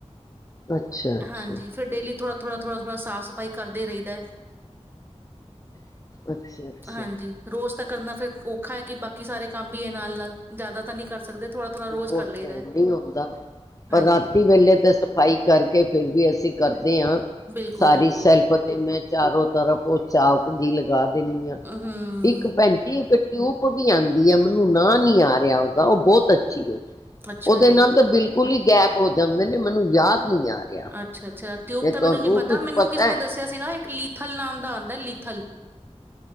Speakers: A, on the left (about 30°); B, on the right (about 20°).
A: ਅੱਛਾ ਅੱਛਾ
B: ਹਾਂਜੀ, ਫਿਰ ਡੇਲੀ ਥੋੜਾ- ਥੋੜ੍ਹਾ-ਥੋੜ੍ਹਾ ਸਾਫ਼-ਸਫ਼ਾਈ ਕਰਦੇ ਰਹੀ ਦਾ ਹੈ।
A: ਅੱਛਾ ਅੱਛਾ
B: ਹਾਂਜੀ। ਰੋਜ਼ ਤੱਕ- ਕਰਨਾ ਫੇਰ ਔਖਾ ਹੈ ਕਿ ਬਾਕੀ ਸਾਰੇ ਕੰਮ ਵੀ ਹੈ। ਨਾਲ- ਨਾਲ ਜ਼ਿਆਦਾ ਤਾਂ ਨਹੀਂ, ਕਰ ਸਕਦੇ ਥੋੜਾ ਥੋੜਾ ਰੋਜ਼
A: ਉਹ
B: ਕਰ
A: ਤੇ
B: ਲਈਦਾ ਹੈ।
A: ਇਹ ਨਹੀਂ ਹੁੰਦਾ, ਪਰ
B: ਹਾਂਜੀ
A: ਰਾਤੀ ਵੇਲੇ ਤੇ ਸਫ਼ਾਈ ਕਰਕੇ ਫਿਰ ਵੀ ਅਸੀਂ- ਕਰਦੇ ਸਾਰੀ
B: ਬਿਲਕੁਲ ਬਿਲਕੁਲ
A: ਸੈਲਫ ਤੇ, ਮੈਂ ਚਾਰੋ ਤਰਫ ਉਹ ਪੋਚਾ- ਦੀ ਲਗਾ ਦਿਨੀ ਆ।
B: ਹਮ
A: ਇੱਕ ਭੈਣ ਜੀ ਇਕ- ਟਿਊਬ ਵੀ ਆਂਦੀ ਐ ਮੈਨੂੰ ਨਾਂਹ ਨੀ ਆ ਰਿਹਾ ਉਹਦਾ ਉਹ ਬਹੁ
B: ਅੱਛਾ
A: ਉਹਦੇ
B: ਜੀ
A: ਨਾਲ ਤਾਂ ਬਿਲਕ ਕੁਲ ਹੀ ਗੈਬ ਹੋ ਜਾਂਦੇ ਨੇ ਮੈਨੂੰ ਯਾਦ ਨਹੀਂ ਆ ਰਿਹਾ।
B: ਅੱਛਾ ਅੱਛਾ ਟਿਊਬ
A: ਜੇ ਤੁਹਾਨੂੰ
B: ਤਾਂ ਮੈਨੂੰ ਨੀ ਪਤਾ
A: ਕੁਛ
B: ਮੈਨੂੰ ਕਿਸੇ ਨੇ
A: ਐ
B: ਦੱਸਿਆ ਸੀਗਾ ਇੱਕ ਲੀਥਲ ਨਾਮ ਦਾ ਆਂਦਾ ਲਿਥਲ